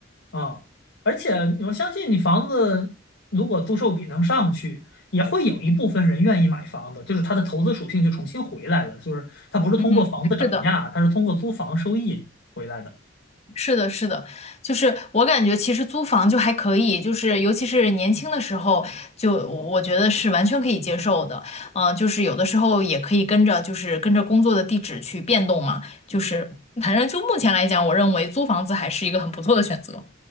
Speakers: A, on the left; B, on the left.
A: 啊，而且我相信你房子如果租售比能上去，也会有一部分人愿意买房子，就是它的投资属性就重新回来了，就是它不是通过房子涨价，
B: 嗯，是的。
A: 它是通过租房收益回来的。
B: 是的，是的，就是我感觉其实租房就还可以，就是尤其是年轻的时候，就我觉得是完全可以接受的。嗯、就是有的时候也可以跟着，就是跟着工作的地址去变动嘛。就是反正就目前来讲，我认为租房子还是一个很不错的选择。